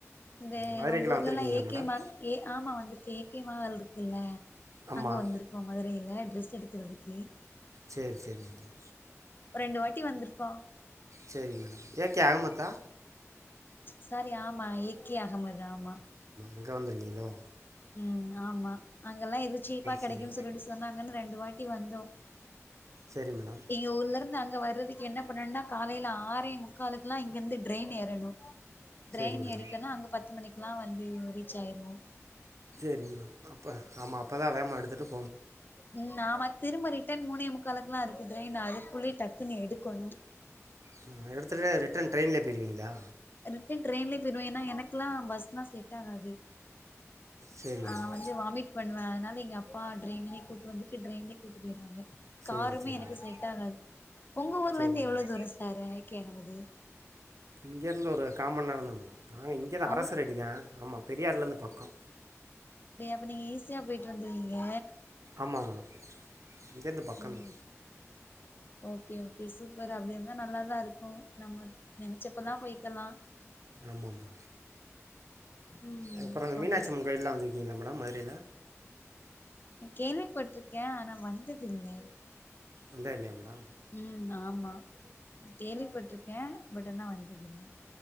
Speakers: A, on the left; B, on the right.
A: இந்த
B: மதுரைக்கெல்லாம்
A: உங்க ஊர்லல்லா
B: வந்திருக்கீங்களா
A: ஏகே
B: மேடம்
A: மா ஏ ஆமா வந்துருக்கே க்கியமான வேல்ட்ருக்குல்ல
B: ஆமாம்
A: அங்க வந்துருக்கோ மதுரையில ட்ரெஸ் எடுக்குறதுக்கு
B: சரி சரி மேடம்
A: ரெண்டு வாட்டி வந்துருக்கோ
B: செரி மேடம் ஏக் கிய அகமத்தா
A: சரி ஆமா ஏ கே அகமது ஆமா
B: எங்க வந்துருக்கீங்களோ
A: ம் ஆமா அங்கல்லா எதோ சீப்பா கடைக்குன்னு
B: சரி
A: சொல்ட்டு சொன்னாங்கன்னு ரெண்டு வாட் டி வந்தோ
B: சேரி மேடம்
A: எங்க ஊர்ல அங்க வர்றதுக்கு என்ன பண்ணுனா காலையிலே ஆறே முக்காலுக்கெல்லா இங்கிருந்து ட்ரெயின் ஏறணு ட்ரெயின்
B: சரி மேடம்
A: ஏரிட்டேனா அங்க பத்து மணிக் லா வந்து இங்க ரீச் ஆயிருவோ
B: சேரி மேடம் அப்ப ஆமா அப்பதா வேகமா எடுத்துட்டு
A: ம் நாம திரும்ப ரிட்டன் மூணே முக்கா கல்கெல்லா இருக்குது ட்ரெயின் அதுக்குள்ளயே டக்குன்னு எடுக்கணு
B: அ எடுத்துட்டு ரிட்டன் ட்ரெயின்லே போய்டுவீங்ளா
A: ரிட்டர்ன் ட்ரெயின்லேயே போய்டுவே ஏனா எனக்குல்லா பஸ்லா செட்டாகாது
B: சரி
A: நா
B: மேடம்
A: வந்து வாமிட் பண்ணுவே அதனால எங்க அப்பா ட்ரெயின்லே கூட்டு வந்துட்டு ட்ரெயின்லேயே கூட்டு போய்டுவாங்க
B: சரி
A: காருமே
B: சரி
A: எனக்கு
B: மேடம்
A: செட்டாகாது உங்க ஊர்லருந்து
B: சரி மேடம்
A: எவ்ளோவு தூரோ சாரே கே அஹமது
B: இங்கேருந்து ஒரு கா மண் நேரோ தா மேடம் நாங்க இங்க தா
A: அவ்ளோ
B: அரசரடிதா ஆமா பெரியார்லருந்து பக்கோ
A: அப்போ நீங்க ஈஸியா போயிட்டு வந்துருவிங்க
B: ஆமா மேடம் இங்கேருந்து பக்கோ
A: ம்
B: தா
A: ஓகே ஓகே சூப்பர் அப்புடி இருந்தா நல்லாதா இருக்கு நம்ம நினைச்சப்பலா போய்கலா
B: ஆமாமா
A: ம்
B: அப்புறோ அந்த மீனாட்சி
A: ஓகே ஸ்
B: அம்மன் கோயில்லா வந்துருக்கீங்ளா மேடம் மதுரையிலே
A: ம் கேள்விப்பட்ருக்கே ஆனா வந்ததுதில்லை
B: வந்ததுதில்லயா மேடம்
A: ம் ஆமா கேள்விப்பட்ருக்கே பட் ஆனா வந்ததுதில்ல